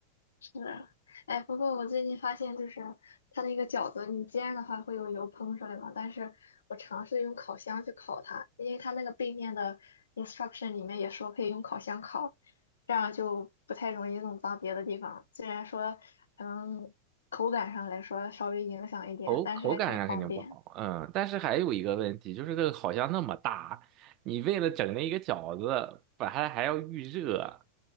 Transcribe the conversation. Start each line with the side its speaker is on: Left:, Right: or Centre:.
Left: 是，哎，不过我最近发现，就是它那个饺子，你煎的话会有油喷出来嘛，但是我尝试用烤箱去烤它，因为它那个背面的 instruction 里面也说可以用烤箱烤，这样就不太容易弄脏别的地方。虽然说，嗯，口感上来说稍微影响一点，
Right: 口口感上肯定不好，
Left: 但是还挺方便。
Right: 嗯，但是还有一个问题，就是这个好像那么大，你为了整那一个饺子，把它还要预热，